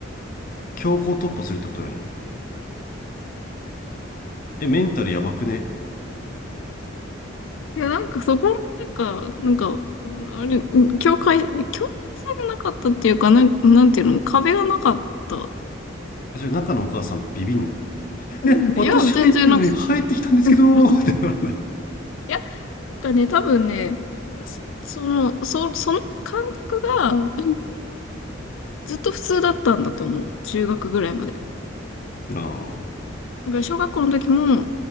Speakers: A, on the left; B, on the left.
A: 強行突破するってことよね。え、メンタルやばくね
B: いや、なんかそこなんか、なんか、あれ、境界、境界線がなかったっていうか、なん、なんていうの、壁がなかった。
A: それ中のお母さんビビんない
B: うんいや、
A: え、私入ってんのに入ってきたんですけど、
B: 全然なんか、<laughs>
A: <laughs> ってならない。
B: いや、だね、多分ね、その、そ、その感覚が、うずっと普通だったんだと思う。中学ぐらいまで。
A: ああ、は
B: だから小学校の時も、